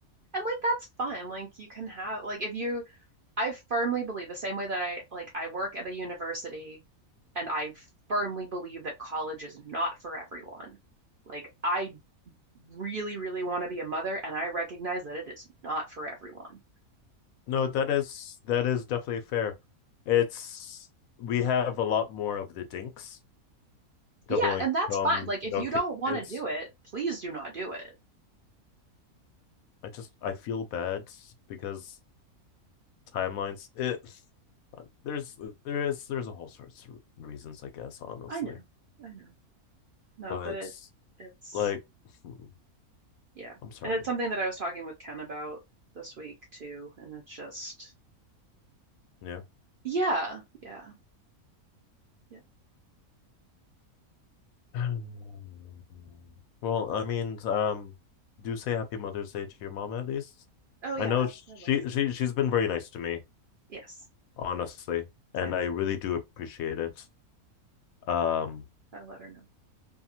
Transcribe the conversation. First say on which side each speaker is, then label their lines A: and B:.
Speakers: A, on the right (about 55°); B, on the left (about 70°).
A: And like that's fine. Like you can have like if you I firmly believe the same way that I like I work at a university and I firmly believe that college is not for everyone. Like I really really want to be a mother and I recognize that it is not for everyone.
B: No, that is that is definitely fair. It's we have a lot more of the dinks,
A: Yeah,
B: double income,
A: and that's fine. Like if
B: no
A: you don't want
B: kids.
A: to do it, please do not do it.
B: I just I feel bad because timelines. It there's there is there's a whole sorts of reasons, I guess, honestly.
A: I know. I know. No,
B: But
A: but it it's
B: like, hmm,
A: yeah.
B: I'm sorry.
A: And it's something that I was talking with Ken about this week too, and it's just
B: Yeah.
A: yeah, yeah, yeah.
B: <sighs> Well, I mean, um, do say Happy Mother's Day to your mom at least.
A: Oh yeah,
B: I know she
A: I, I will.
B: she she's been very nice to me,
A: Yes,
B: honestly, and
A: I know.
B: I really do appreciate it. Um,
A: I'll let her know.